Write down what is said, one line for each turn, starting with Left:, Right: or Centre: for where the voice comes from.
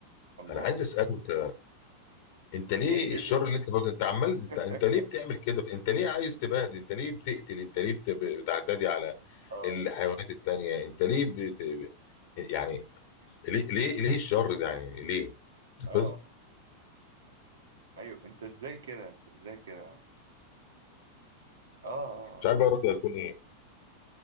Right: الله
Left: انا عايز اساله انت انت ليه
Right: ازاي كده
Left: الشر اللي انت فاكره انت عمال انت
Right: <laughs>
Left: انت ليه بتعمل كده انت ليه عايز تبهدل انت ليه بتقتل انت ليه بت- بتعتدي على
Right: اه
Left: الحيوانات التانية انت ليه بت... يعني ليه ليه ليه الشر ده يعني ليه
Right: اه
Left: بس
Right: ايوه انت ازاي كده انت ازاي كده اه آه.
Left: مش عارف بقى رده هتكون ايه